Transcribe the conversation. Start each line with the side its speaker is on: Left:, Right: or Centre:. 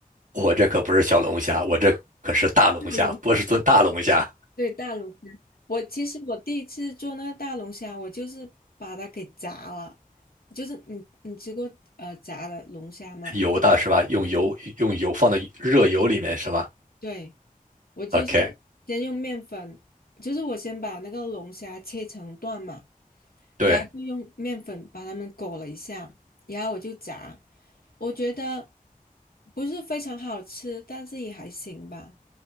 Right: 我这可不是小龙虾，我这可是大龙虾，
Left: <laughs> 大龙虾
Right: 波士顿大龙虾，
Left: 对，大龙虾。我其实我第一次做那个大龙虾，我就是把它给炸了。就是你你吃过呃炸的龙虾吗？
Right: <laughs> 油的是吧？用油用油放到热油里面是吧
Left: 对，我就是
Right: ？OK，
Left: 先用面粉，就是我先把那个龙虾切成段嘛，
Right: 对。
Left: 然后就用面粉把它们裹了一下，然后我就炸。我觉得不是非常好吃，但是也还行吧。